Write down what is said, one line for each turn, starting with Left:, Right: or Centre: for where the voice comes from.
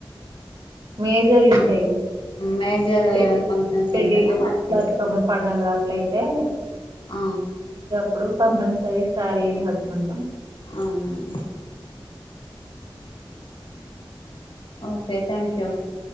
Right: మేజర్ ఉంటాయిగా
Left: మేజర్
Right: పె
Left: ఏమైనా ఫంక్షన్స్
Right: పెళ్ళిళ్ళ
Left: ఉంటేనే వాటికి
Right: బతుకమ్మ పండగ అట్లయితే
Left: ఆ
Right: ఇప్పుడు కంపల్సరీ శారీ అని కట్టుకుంటాం
Left: అవునండి okay thank you